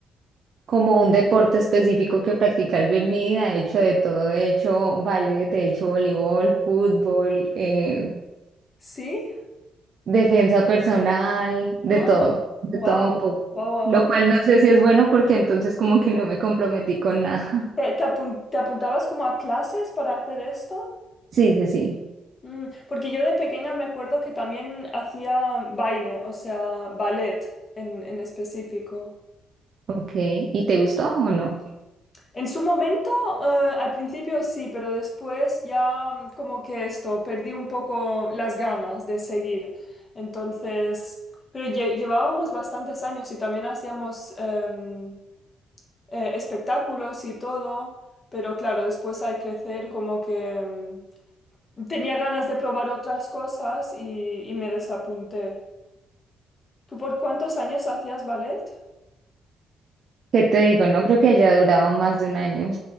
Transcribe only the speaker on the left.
¿Sí?
Ah,
wow,
wow, wow,
wow.
¿Te,
te apun- te apuntabas como a clases para hacer esto?
Mm, porque yo de pequeña me acuerdo que también hacía baile, o sea, ballet en, en específico.
En su momento, eh, al principio sí, pero después ya mm, como que esto, perdí un poco las ganas de seguir. Entonces, pero lle- llevábamos bastantes años y también hacíamos em, eh, espectáculos y todo, pero claro, después al crecer como que em, tenía ganas de probar otras cosas y y me desapunté. ¿Tú por cuántos años hacías ballet?